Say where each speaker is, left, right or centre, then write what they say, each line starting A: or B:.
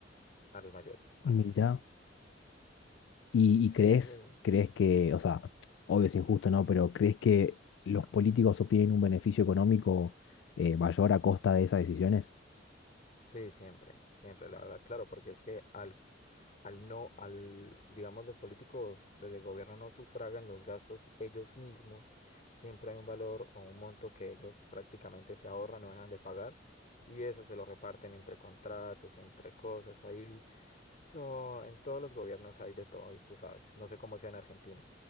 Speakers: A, on the left; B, on the left.
A: a los mayores, imagínate.
B: mira. ¿Y,
A: Sí,
B: y crees,
A: eso-
B: crees que, o sea, obvio es injusto, ¿no? Pero ¿crees que los políticos obtienen un beneficio económico eh, mayor a costa de esas decisiones?
A: sí, siempre, siempre, la verdad, claro, porque es que al al no, al, digamos, los políticos desde el gobierno no sufragan los gastos ellos mismos, siempre hay un valor o un monto que ellos prácticamente se ahorran, no dejan de pagar, y eso se lo reparten entre contratos, entre cosas ahí. So, en todos los gobiernos hay de todo, y tú sabes. No sé cómo sea en Argentina.